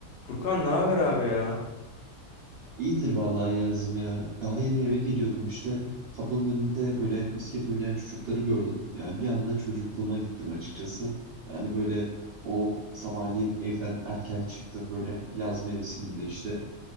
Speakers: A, on the left; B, on the right.
A: Furkan ne haber abi ya?
B: İyidir vallahi Yağız'ım ya. Daha yeni eve geliyordum işte. Kapının önünde böyle misket oynayan çocukları gördüm. Yani bir anda çocukluğuma gittim açıkçası. Yani böyle o sabahleyin evden erken çıktım böyle yaz mevsiminde işte.